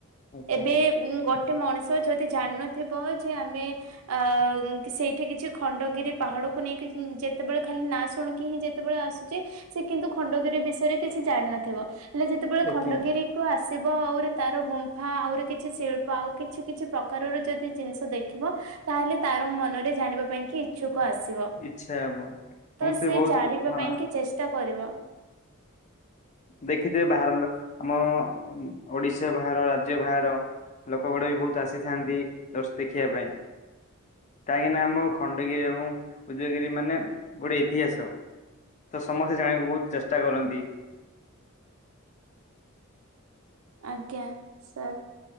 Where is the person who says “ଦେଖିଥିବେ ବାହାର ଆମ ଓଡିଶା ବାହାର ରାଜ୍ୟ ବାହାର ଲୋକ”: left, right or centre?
Left